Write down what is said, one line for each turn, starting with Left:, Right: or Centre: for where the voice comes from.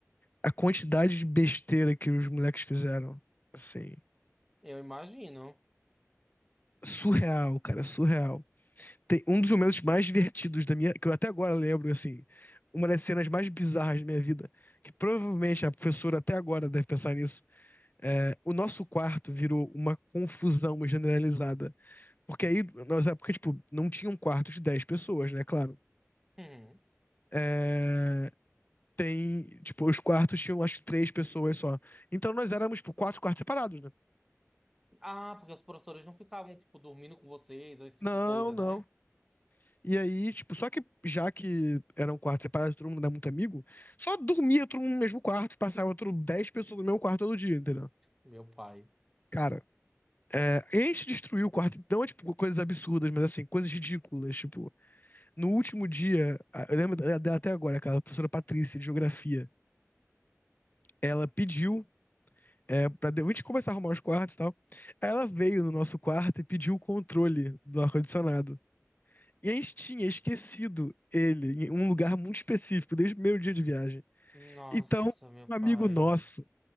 Left: a quantidade de besteira que os moleques fizeram, assim,
Centre: Eu imagino.
Left: surreal, cara, surreal. Tem um dos momentos mais divertidos da minha, que eu até agora lembro, assim, uma das cenas mais bizarras da minha vida, que provavelmente a professora até agora deve pensar nisso, é, o nosso quarto virou uma confusão generalizada, porque aí, nós é porque tipo, não tinha um quarto de 10 pessoas, né, claro.
Centre: Uhum.
Left: É, tem, tipo, os quartos tinham acho que três pessoas só. Então nós éramos, tipo, quatro quartos separados, né?
Centre: Ah, porque os professores não ficavam, tipo, dormindo com vocês, ou esse tipo
Left: Não,
Centre: de coisa,
Left: não,
Centre: né?
Left: E aí, tipo, só que já que era um quarto separado, todo mundo era muito amigo, só dormia todo mundo no mesmo quarto, passava outro 10 pessoas no mesmo quarto todo dia, entendeu?
Centre: Meu pai.
Left: Cara, é, a gente destruiu o quarto, não é tipo coisas absurdas, mas assim, coisas ridículas. Tipo, no último dia, a- eu lembro dela até agora, aquela professora Patrícia de Geografia, ela pediu é, pra de- a gente começar a arrumar os quartos e tal. Aí ela veio no nosso quarto e pediu o controle do ar-condicionado. E a gente tinha esquecido ele em um lugar muito específico, desde o primeiro dia de viagem.
Centre: Nossa,
Left: Então,
Centre: meu
Left: um
Centre: pai.
Left: amigo nosso,